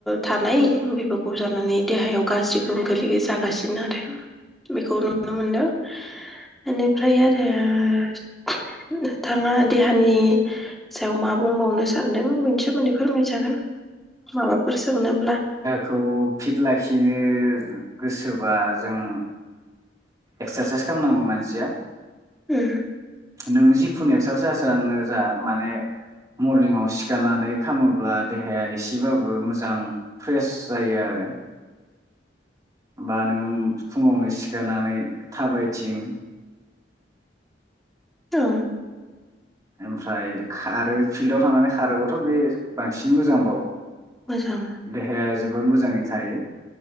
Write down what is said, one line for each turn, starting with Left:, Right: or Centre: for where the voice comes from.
Centre: थानाय बेफोरखौ जानानै देहायाव गाज्रि गोहोम गोलैयो जागासिनो आरो बेखौ नुनो मोनदों बेनिफ्राय आरो ए थांङा देहानि सायाव मा बुंबावनो सानदों बेनि सोमोन्दै फोरमायजागोन माबाफोर सोंनोब्ला?
Right: खौ फिट लाखिनो गोसोबा जों एक्सारसाइस खालामनांगौ मानसिया।
Centre: उम
Right: नों जिखुनु एक्सारसाइसआनो जा माने मरनिंआव सिखारनानै खालामोब्ला देहाया एसेबाबो मोजां फ्रेस जायो आरो बा नोङो फुङावनो सिखारनानै थाबायथिं।
Centre: औ
Right: ओमफ्राय खारो फिल्डआव थांनानै खारोबाथ बे बांसिन मोजांबाव
Centre: मोजां
Right: देहाया जोब बोर मोजाङै थायो